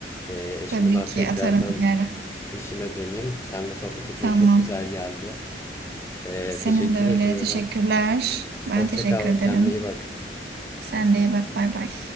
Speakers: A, on the left; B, on the right.
A: Ee, şimdi
B: Tabii
A: ben
B: ki
A: tekrardan
B: atarım bir ara.
A: işime döneyim. Seninle sohbet etmek
B: Tamam.
A: çok güzel geldi. Ee,
B: Senin
A: teşekkür
B: de öyle.
A: ediyorum.
B: Teşekkürler. Ben
A: Hoşça
B: teşekkür
A: kal,
B: ederim.
A: kendine iyi bak.
B: Sen de iyi bak. Bay bay.